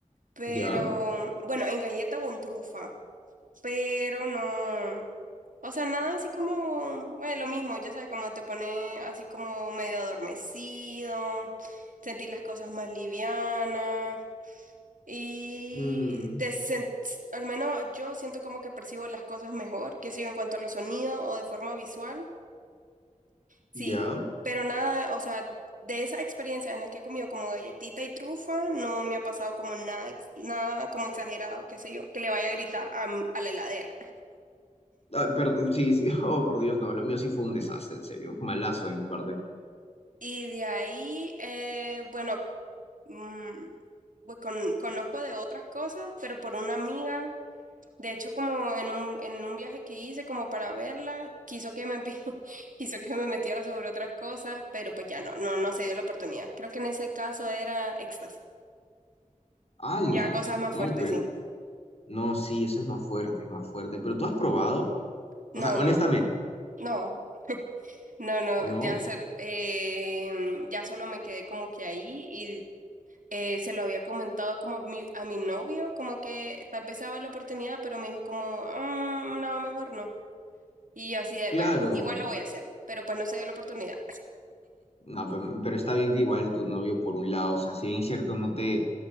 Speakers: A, on the right; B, on the left.
A: pero
B: ¿ya?
A: bueno, en galleta o en trufa, pero no. O sea, nada así como, bueno, lo mismo, ya sabes, como te pone así como medio adormecido, sentir las cosas más livianas. Y
B: Mm,
A: te sen- al menos yo siento como que percibo las cosas mejor, que sé yo, en cuanto a los sonidos o de forma visual. Sí,
B: ¿ya?
A: pero nada, o sea, de esas experiencias en las que he comido como galletita y trufa, no me ha pasado como nada, ex- nada como exagerado, qué sé yo, que le vaya a gritar a, m- a la heladera.
B: Ah, perdón, sí, sí. <laughs> Oh, por Dios, no, lo mío sí fue un desastre, en serio. Malazo de mi parte.
A: Y de ahí, eh, bueno, mm, pues con- conozco de otras cosas, pero por una amiga. De hecho, como en un, en un viaje que hice como para verla, quiso que me, envi- <laughs> quiso que me metiera sobre otras cosas, pero pues ya no, no, no se dio la oportunidad. Creo que en ese caso era éxtasis.
B: ¡Hala!
A: Ya cosas más
B: No,
A: fuertes,
B: pero...
A: sí.
B: No, sí, eso es más fuerte, es más fuerte. Pero tú has probado, o
A: No,
B: sea, honestamente,
A: no, no, no, no,
B: ¿no?
A: ya, se- eh, ya solo me quedé como que ahí y eh, se lo había comentado como mi- a mi novio, como que tal vez se daba la oportunidad, pero me dijo como, "Mm, no, mejor no. Y yo así de,
B: Claro.
A: bueno, igual lo voy a hacer, pero pues no se dio la oportunidad.
B: No, pe- pero está bien que igual tu novio, por un lado, o sea, si bien es cierto, no te,